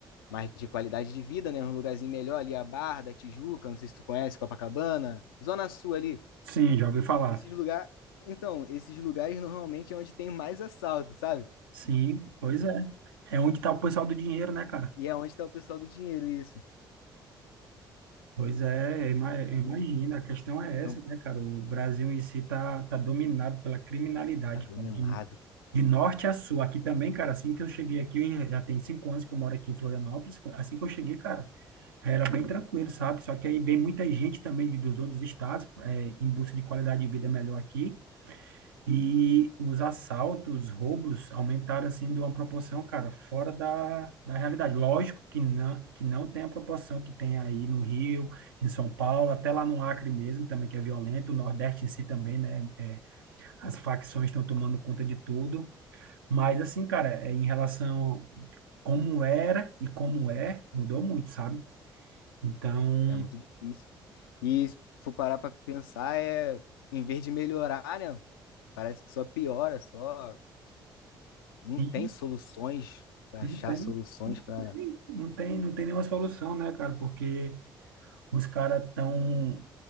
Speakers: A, on the left; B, on the right.
A: mais de qualidade de vida, né? Um lugarzinho melhor ali, a Barra da Tijuca, não sei se tu conhece, Copacabana, Zona Sul ali.
B: sim, já ouvi falar.
A: Esses lugares, então, esses lugares normalmente é onde tem mais assalto, sabe?
B: Sim, pois é. É onde tá o pessoal do dinheiro, né, cara?
A: E é onde está o pessoal do dinheiro, isso.
B: Pois é, ima- imagina,
A: Então,
B: a questão é essa,
A: então
B: né, cara? O Brasil em si tá, tá dominado pela criminalidade,
A: tá dominado,
B: cara. De norte a sul, aqui também, cara, assim que eu cheguei aqui, eu já tem cinco anos que eu moro aqui em Florianópolis, assim que eu cheguei, cara, era bem tranquilo, sabe? Só que aí vem muita gente também de- dos outros estados, é, em busca de qualidade de vida melhor aqui, e os assaltos, os roubos aumentaram, assim, de uma proporção, cara, fora da, da realidade. Lógico que não, que não tem a proporção que tem aí no Rio, em São Paulo, até lá no Acre mesmo, também, que é violento, o Nordeste em si também, né? É, as facções estão tomando conta de tudo, mas assim, cara, é em relação a como era e como é, mudou muito, sabe? Então,
A: é muito difícil. E se for parar para pensar, é, em vez de melhorar, né? Parece que só piora, só não
B: sim,
A: tem soluções para
B: não
A: achar
B: tem,
A: soluções
B: não
A: para.
B: tem, não tem, não tem nenhuma solução, né, cara? Porque os caras tão,